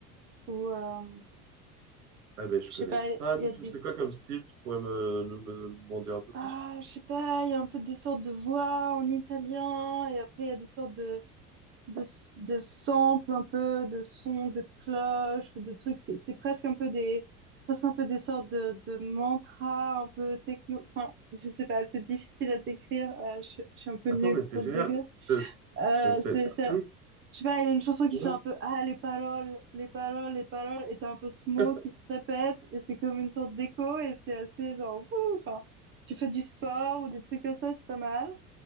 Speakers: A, on the right; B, on the right.
A: Ou, euh,
B: eh ben, je
A: je
B: connais
A: sais pas,
B: pas
A: il
B: du
A: y a
B: tout.
A: des...
B: C'est quoi comme style? Tu pourrais me, me, me m'en dire un peu plus?
A: Ah, je sais pas, il y a un peu des sortes de voix en italien, et après il y a des sortes de, de, s- de samples, un peu de sons de cloches, de trucs. C'est c'est presque un peu des... presque un peu des sortes de, de mantras, un peu techno. Enfin, je sais pas, c'est difficile à décrire. euh, je, je suis un peu
B: Attends,
A: nulle
B: mais c'est
A: pour
B: génial.
A: le décrire.
B: C'est c'est-
A: Euh,
B: c'est-
A: c'est,
B: c'est
A: ça-
B: assez ouf.
A: Je sais pas, il a une chanson
B: Trop
A: qui fait
B: bien.
A: un peu Ah, les paroles, les paroles, les paroles, et t'as un peu ce mot
B: <laughs>
A: qui se répète, et c'est comme une sorte d'écho, et c'est assez genre, wouh, enfin, si tu fais du sport ou des trucs comme ça, c'est pas mal.